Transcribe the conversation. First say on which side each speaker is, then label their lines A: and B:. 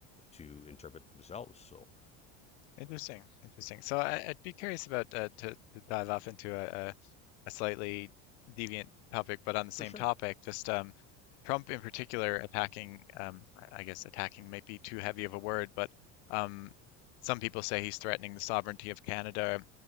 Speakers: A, on the left; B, on the left.
A: to interpret themselves. So
B: Interesting. Interesting. So I, I'd be curious about uh, to, to dive off into a, a a slightly deviant topic, but on the same
A: for sure.
B: topic, just um, Trump in particular attacking, um, I guess attacking might be too heavy of a word, but um, some people say he's threatening the sovereignty of Canada.